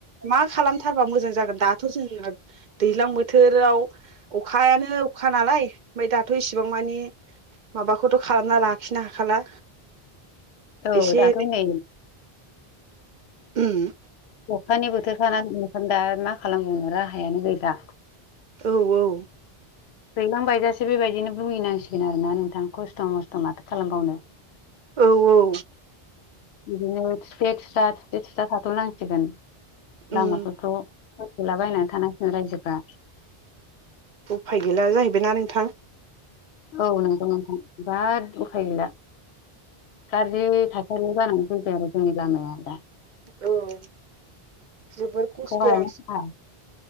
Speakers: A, on the right (about 55°); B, on the left (about 85°).
A: मा खालाम थारबा मोजां जागोन दाथ' जोंहा दैज्लां बोथोराव अखायानो अखा नालाय ओमफ्राय दाथ' इसिबां मानि माबाखौथ' खालामना लाखिनो हाखाला
B: औ
A: एसे
B: दाथ' नै
A: <inaudible>
B: अखानि बोथोरखानानै ओखाम दा मा खालामबावनो राहायानो गैला
A: औ औ
B: दैलांबायजासे बेबायदिनो बुहिनांसिगोन आरोना नोंथां खस्थ' मस्थ' माथो खालामबावनो
A: औ औ
B: बिदिनो थिथ खिथ्रा थिथे थिथ्रा थाथ'नांसिगोन लामाफोरखौ
A: उम
B: फथ'लाबायनानै थानांसिगोन रायजोफ्रा
A: उफाय गैला जाहैबायना नोंथां
B: औ नोंथां नोंथां बिराद उफाय गैला गाज्रि थासारिनि जानानै फैबाय आरो जोंनि लामाया दा
A: औ जोबोर खस्थ'या
B: खहायानो खहा